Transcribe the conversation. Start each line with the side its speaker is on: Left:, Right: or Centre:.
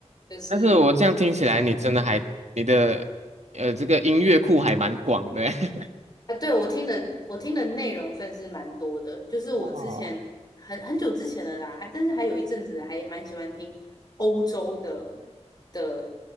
Left: 就是
Right: 但是我这样听起来，你真的还你的呃这个音乐库还蛮广的欸。
Left: 啊，对我听的我听的内容算是蛮多的，就是我之前很很久之前的啦，
Right: <laughs> 哇，
Left: 还但是还有一阵子还蛮喜欢听欧洲的的